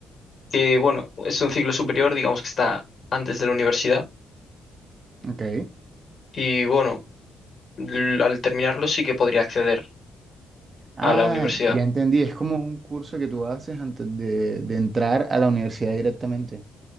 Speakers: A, on the left; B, on the right.
A: que bueno, es un ciclo superior, digamos que está antes de la universidad,
B: ok.
A: y bueno, l- al terminarlo sí que podría acceder
B: Ah,
A: a la universidad.
B: ya entendí, es como un curso que tú haces antes de, de entrar a la universidad directamente.